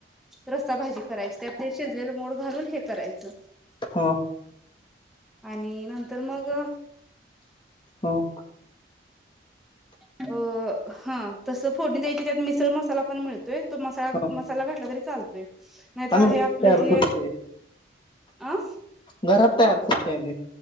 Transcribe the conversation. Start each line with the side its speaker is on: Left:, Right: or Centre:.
Centre: रस्सा भाजी करायची, त्यात ते शिजलेल मोड घालून हे करायचं.
Left: ह
Centre: आणि नंतर मग
Left: हो.
Centre: अं हं तसं फोडणी द्यायची, त्यात मिसळ मसाला पण मिळतोय. तो मसाळा-
Left: ह
Centre: मसाला घातला तरी चालतोय, नाहीतर
Left: आम्ही
Centre: आहे आपलं
Left: तयार
Centre: हे
Left: करतोय
Centre: आं?
Left: घरात तयार करतोय आम्ही.